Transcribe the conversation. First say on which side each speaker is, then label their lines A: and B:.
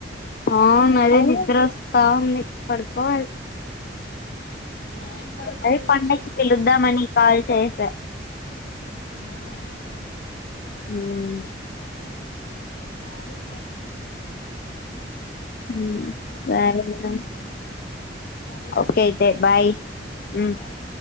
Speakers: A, on the left; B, on the left.
A: ఆ
B: అయినా
A: అదే
B: ఈ
A: నిద్ర వస్తా ఉంది పడుకోవాలి
B: నేన్ పడుకొని
A: అదే
B: రీల్స్
A: పండక్కి
B: చూసుకుంటా
A: పిలుద్దామని
B: ఉంటా
A: కాల్ చేసా
B: అవునా
A: మ్
B: సరే జాగ్రత్త
A: ఉమ్
B: నాగూడ
A: సరేరా
B: నిద్రొస్తుంది సరేర
A: ఓకే అయితే బాయ్ ఉమ్
B: బాయ్